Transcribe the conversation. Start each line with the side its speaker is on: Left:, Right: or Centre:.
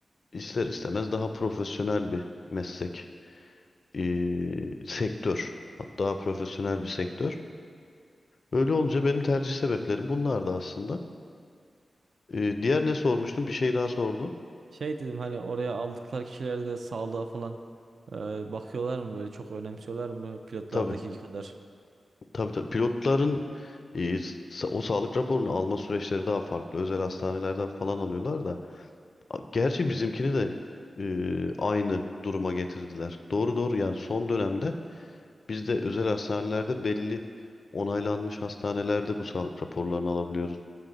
Left: ister istemez daha profesyonel bir meslek, ee, sektör. Hatta profesyonel bir sektör. Öyle olunca benim tercih sebeplerim bunlardı aslında. Ee, diğer ne sormuştum? Bir şey daha sordun.
Right: Şey dedim hani oraya aldıkları kişilerde de sağlığa falan e, bakıyorlar mı böyle çok önemsiyorlar mı pilotlardaki
Left: Tabii.
Right: kadar?
Left: Tabii tabii pilotların e, sa- o sağlık raporunu alma süreçleri daha farklı. Özel hastanelerden falan alıyorlar da. A- Gerçi bizimkini de e, aynı duruma getirdiler. Doğru doğru yani son dönemde bizde özel hastanelerde belli onaylanmış hastanelerde bu sağlık raporlarını alabiliyoruz.